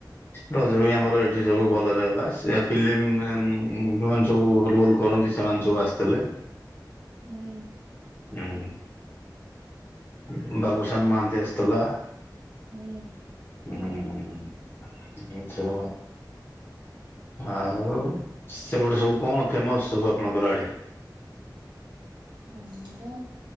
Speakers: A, on the left; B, on the right.
A: ରଜ ଆମର ଏଠି ସବୁ ଭଲରେ ହେଲା, ସେ ଫିଲ୍ମ ଯୋଉମାନେ ସବୁ ରୋଲ କରନ୍ତି, ସେମାନେ ସବୁ ସବୁ ଆସିଥିଲେ।
B: ହୁଁ
A: ହଁ ବାବୁସନ୍ ମହାନ୍ତି ଆସିଥିଲା
B: ହୁଁ
A: ହଁ ଚ ଆଉ ସେପଟେ ସବୁ କଣ ଫେମସ ସବୁ ଆପଣଙ୍କର ଆଡେ
B: ଆମରା